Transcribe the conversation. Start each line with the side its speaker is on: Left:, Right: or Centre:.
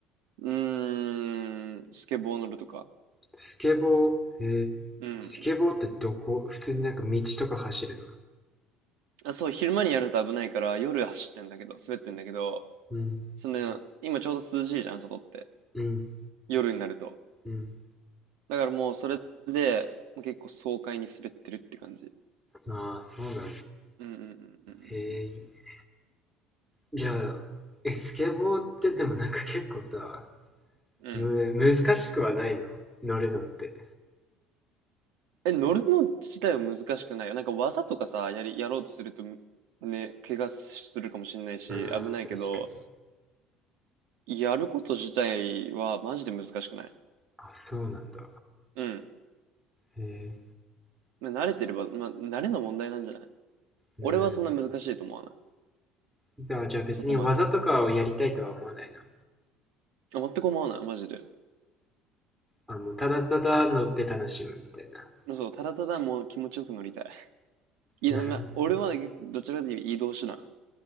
Right: うーん、スケボー乗るとか。
Centre: スケボー、えー、
Right: うん。
Centre: スケボーってどこ普通になんか道とか走るの
Right: あ、そう、昼間にやると危ないから、夜走ってんだけど、滑ってんだけど、
Centre: うん、
Right: その、今ちょうど涼しいじゃん、外って。
Centre: うん、
Right: 夜になると。
Centre: うん。
Right: だからもうそれで、もう結構爽快に滑ってるって感じ。
Centre: ああ、そうなんだ。
Right: うんうんうん
Centre: えー、じゃあ、え、スケボーってでもなんか結構さ、
Right: うんうんうん。
Centre: む、難しくはないの乗るのって。
Right: うん。え、乗るの自体は難しくないよ。なんか技とかさ、やり、やろうとすると、ね、怪我するかもしれないし、
Centre: ああ、
Right: 危ないけど、
Centre: 確かに。
Right: やること自体はマジで難しくない。
Centre: あ、そうなんだ。
Right: うん。
Centre: え
Right: まあ、慣れてれば、まあ、慣れの問題なんじゃない
Centre: ー、
Right: 俺はそんな難しいと思わない。
Centre: うん。だからじゃあ別に技とかをやりたいとは思わないの
Right: そこまで。あ全く思わない、マジで。
Centre: あ、もうただただ乗って楽しむみたいな。
Right: そう、ただただもう気持ちよく乗りたい。いや、
Centre: なるほどね
Right: まあ、俺は逆どちらかというと移動手段。